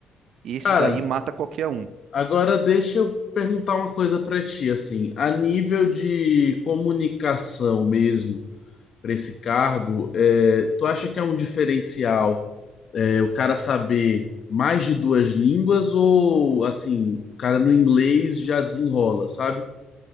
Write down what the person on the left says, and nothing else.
Cara.
Agora deixa eu perguntar uma coisa para ti, assim, a nível de comunicação mesmo para esse cargo, é, tu acha que é um diferencial, é, o cara saber mais de duas línguas ou assim, o cara no inglês já desenrola, sabe?